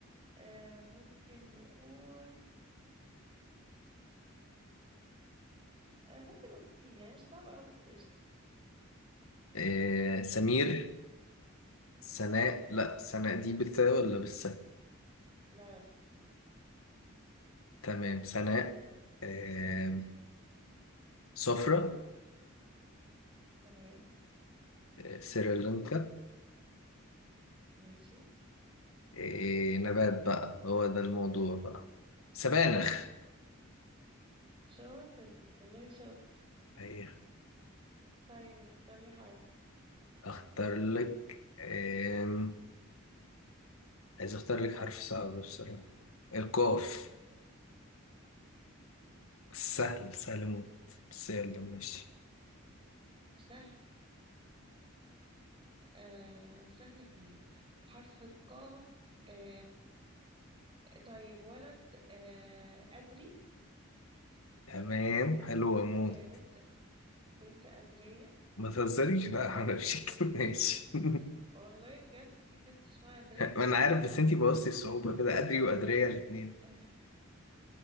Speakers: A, on the right (about 25°); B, on the left (about 80°).
A: آه ممكن نقول آه ممكن نقول سين يعني مش صعب قوي بس قشطة
B: إيه سمير سناء لا سناء دي بالثاء ولا بالساء
A: لا لا مش سين
B: تمام سناء إيه سفرة
A: تمام
B: إيه سريلانكا
A: ماشي
B: إيه نبات بقى هو ده الموضوع بقى سبانخ
A: شاطر والله شاطر
B: أيه.
A: طيب اختار لي حرف
B: اختار لك إيه عايز اختار لك حرف صعب بصراحة القاف سهل سهل موت بس يلا ماشي
A: سهل آه سهل فين حرف القاف آه طيب ولد آه أدري
B: تمام حلو اموت
A: آه بنت بنت أدرية
B: ما تهزريش بقى على شكل ماشي <laughs>
A: والله بجد في بنت اسمها درين
B: ما انا عارف بس انتي بوظتي الصعوبة كده قدري وقدرية الاتنين
A: <laughs>